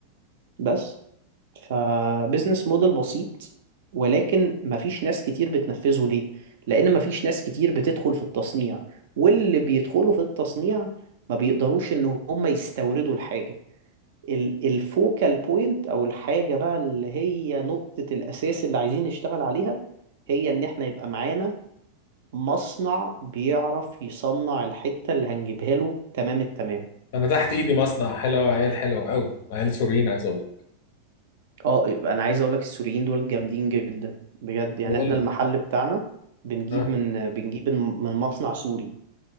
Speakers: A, on the right (about 55°); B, on the left (about 50°).
A: بس فبزنس موديل بسيط ولكن مفيش ناس كتير بتنفذه ليه؟ لأن مفيش ناس كتير بتدخل في التصنيع واللي بيدخلوا في التصنيع ما بيقدروش إن هم يستوردوا الحاجة ال- الفوكال بوينت أو الحاجة بقى اللي هي نقطة الأساس اللي عايزين نشتغل عليها هي إن إحنا يبقى معانا مصنع بيعرف يصنع الحتة اللي هنجيبها له تمام التمام
B: انا تحت ايدي مصنع حلو عيال حلوه قوي عيال سوريين عايز اقول لك.
A: اه انا عايز اقول لك السوريين دول جامدين جدا بجد يعني
B: بقول
A: احنا
B: لك
A: المحل بتاعنا بنجيب
B: اه
A: من بنجيب من مصنع سوري